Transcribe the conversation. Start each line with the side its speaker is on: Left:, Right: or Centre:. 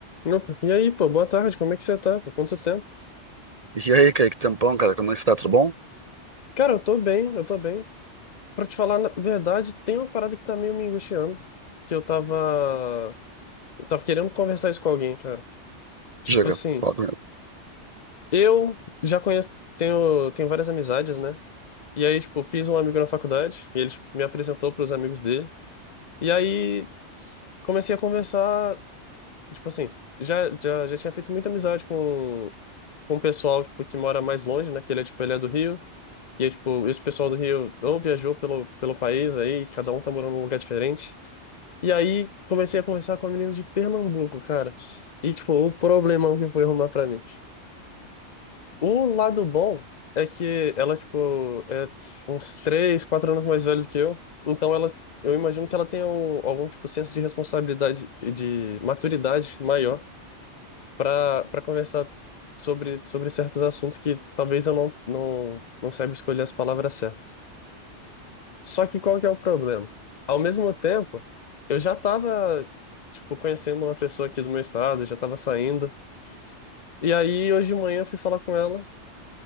Left: Opa, e aí, pô, boa tarde, como é que você tá? Por quanto tempo?
Right: E aí, Kaique, tempão, cara, como é que você tá? Tudo bom?
Left: Cara, eu tô bem, eu tô bem. Pra te falar na verdade, tem uma parada que tá meio me angustiando, que eu tava, eu tava querendo conversar isso com alguém, cara. Tipo
Right: Diga,
Left: assim,
Right: fala comigo.
Left: eu já conheço, tenho, tenho várias amizades, né? E aí, tipo, fiz um amigo na faculdade, e ele tipo, me apresentou pros amigos dele. E aí, comecei a conversar, tipo assim, já, já, já tinha feito muita amizade com, com o pessoal, tipo, que mora mais longe, né? Que ele é, tipo, ele é do Rio. E aí, tipo, esse pessoal do Rio ou viajou pelo, pelo país aí, cada um tá morando num lugar diferente. E aí comecei a conversar com a menina de Pernambuco, cara. E, tipo, o problemão que foi arrumar pra mim. O lado bom é que ela, tipo, é uns três, quatro anos mais velha do que eu. Então ela, eu imagino que ela tenha um- algum tipo senso de responsabilidade e de maturidade maior pra para conversar sobre sobre certos assuntos que talvez eu não não não saiba escolher as palavras certas. Só que qual que é o problema? Ao mesmo tempo, eu já tava, tipo, conhecendo uma pessoa aqui do meu estado, já tava saindo. E aí, hoje de manhã, eu fui falar com ela.